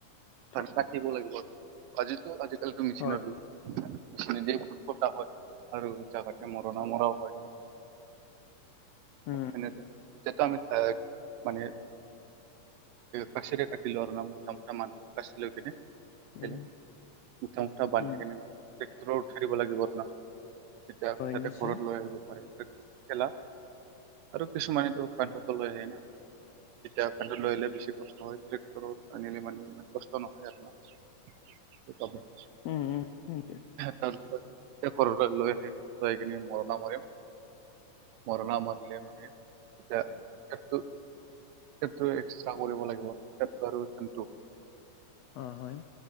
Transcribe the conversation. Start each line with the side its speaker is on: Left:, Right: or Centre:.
Left: থা-
Right: ধান কাটিব লাগিব। আজিতো আজিকালিতো মেচিনৰ
Left: হয়
Right: যোগ মেচি দিয় বহুত কটা হয় ভাল জা <unintelligible> মৰা হয়
Left: উম
Right: এনে টো এতিটো আমি থাক মানে কাচিৰে কাটিলৰ ন মট মুট মানুহ কচি লৈ কেনে
Left: উম
Right: মুঠা মুঠা বান্ধি
Left: উম
Right: কেনে মানে টেক্টৰৰ উঠাৰিব লাগিব আপোনাৰ
Left: হয়
Right: তাতে
Left: নিশ্চয়
Right: খৰৰত লৈ আহিব পাৰে খেলা আৰু কিছুমানো কান্ধতো লৈ আহ না এতিয়া কান্ধত লৈ আহিললে বেছি কষ্ট হয় ট্ৰেক্টৰত আনিলে মানে ই কষ্ট নহয় আপোনাৰ সেইবাবে।
Left: উম উম।
Right: তাৰপিছত ঘৰলৈ লৈ আহি লৈ কিনি মৰণা মাৰিম মৰনা মাৰিলে মানে <unintelligible> সটো সটো এক্স্ৰা কৰিব লাগিব সেইটো আৰু ধানটো
Left: অ', হয়।